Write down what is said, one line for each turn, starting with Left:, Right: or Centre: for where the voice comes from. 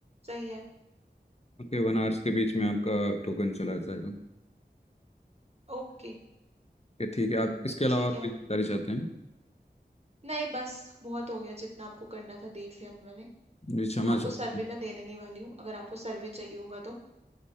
Right: सही है
Left: Okay one hours के बीच में आपका टोकन चला जाएगा
Right: ओके
Left: ओके ठीक है आप इसके अलावा
Right: ठीक
Left: और कोई
Right: है
Left: जानकारी चाहते हैं
Right: नहीं बस बहुत हो गया जितना आपको करना था देख लिया मैंने
Left: जी क्षमा
Right: आपको
Left: चाहते
Right: सर्वे मैं देने नहीं वाली हूँ अगर आपको सर्वे चाहिए होगा तो